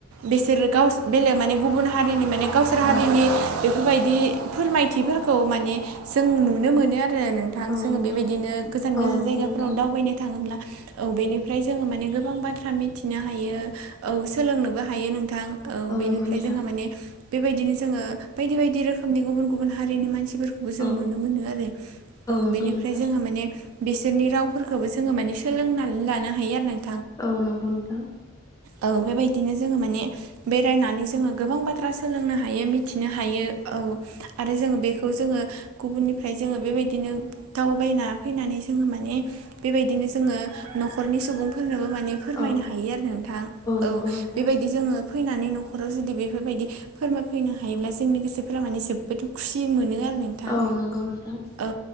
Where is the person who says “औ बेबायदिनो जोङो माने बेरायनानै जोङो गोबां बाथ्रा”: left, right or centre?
Right